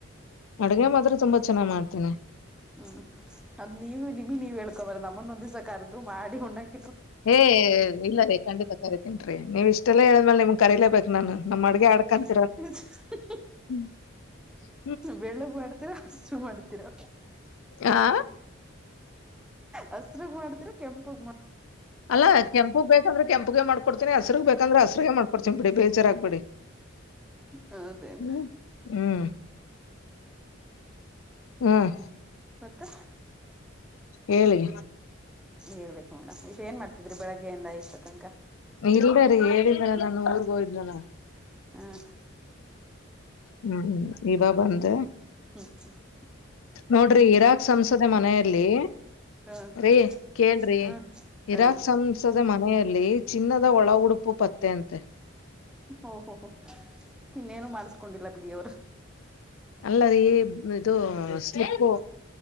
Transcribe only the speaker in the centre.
ಹ್ಮ್ ಅದ್ ನೀವ ನಿಮಿ ನೀವ್ ಹೇಳ್ಕೊಬರ್ರ ನಮ್ಮನ್ನೊಂದಿ್ಸಕ ಅರ್ದು ಮಾಡಿ ಹಣ್ಣಾಕ
ಹ
ಬೆಳ್ಳಗ್ ಮಾಡ್ತೀರಾ ಹಸರು ಮಾಡ್ತೀರಾ
ಹಸ್ರಗ್ ಮಾಡ್ತಿರ ಕೆಂಪಗ ಮಾಡ
ಹೌದೇನು
ಮತ್ತೆ
ಹೇಳ್ಬೇಕು ಮೇಡಮ್ ಇಷ್ಟ ಏನ್ ಮಾಡ್ತಿದ್ರಿ ಬೆಳಗ್ಗೆಿಂದ ಇಷ್ಟು ತನಕ
ಹ್ಮ್
ಹ
ಹ್ಮ್
ಹ್ಮ್ ಹ್ಮ್
ಓಹೋ ಇನ್ನೇನು ಮಾಡಸ್ಕೊಂಡಿಲ್ಲ ಬಿಡಿಯವರು.